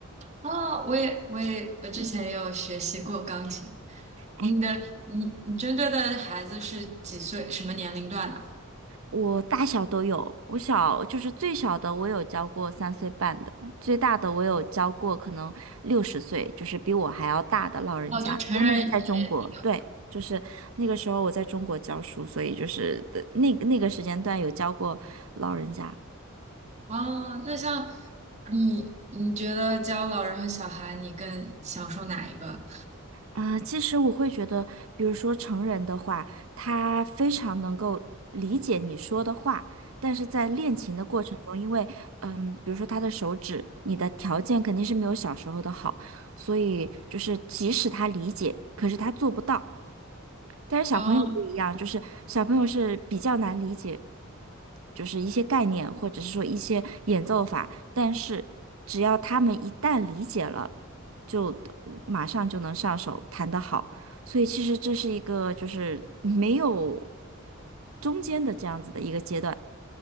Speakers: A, on the right; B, on the right.
A: 哦，我也，我也，我之前也有学习过钢琴。
B: 哎，
A: 你的，你你针对的孩子是几岁，什么年龄段的？
B: 我大小都有，我小就是最小的我有教过三岁半的，最大的我有教过可能六十岁，就是比我还要大的老人家。
A: 哦，就成人也也有。
B: 不过那是在中国，对，就是那个时候我在中国教书，所以就是的那个那个时间段有教过老人家。
A: 哦，那像你，你觉得教老人和小孩，你更享受哪一个？
B: 呃，其实我会觉得，比如说成人的话，他非常能够理解你说的话，但是在练琴的过程中，因为，嗯，比如说他的手指，你的条件肯定是没有小时候的好，所以就是即使他理解，可是他做不到。但是小朋友不一样，
A: 哦，
B: 就是小朋友是比较难理解，就是一些概念，或者是说一些演奏法，但是只要他们一旦理解了，就马上就能上手，弹得好。所以其实这是一个就是没有中间的这样子的一个阶段，